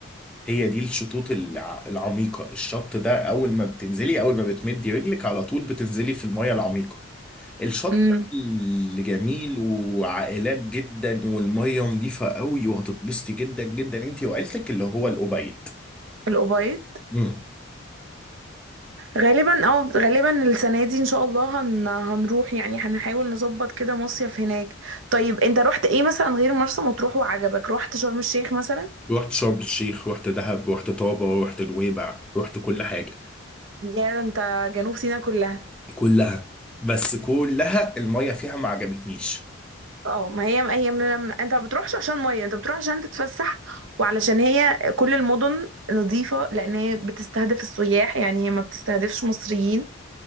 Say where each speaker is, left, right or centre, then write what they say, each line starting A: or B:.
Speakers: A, in the centre; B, on the right.
A: هي دي الشطوط الع- العميقة الشط ده أول ما بتنزلي أول ما بتمدي رجلك على طول بتنزلي في المية العميقة الشط
B: امم
A: بقى اللي جميل وعائلات جدا والمية نظيفة قوي وهتتبسطي جدا جدا انت وعيلتك اللي هو الأبيض
B: الابيض
A: امم
B: غالبا اه غالبا السنة دي ان شاء الله هن هنروح يعني هنحاول نظبط كده مصيف هناك طيب انت رحت ايه مثلا غير مرسى مطروح وعجبك رحت شرم الشيخ مثلا
A: رحت شرم الشيخ رحت دهب رحت طابة رحت نويبع رحت كل حاجة
B: يا ده انت جنوب سيناء كلها
A: كلها بس كلها المية فيها ما عجبتنيش
B: اه ما هي ما هي من انت ما بتروحش عشان ميه انت بتروح عشان تتفسح وعلشان هي كل المدن نظيفة لان هي بتستهدف السياح يعني هي ما بتستهدفش مصريين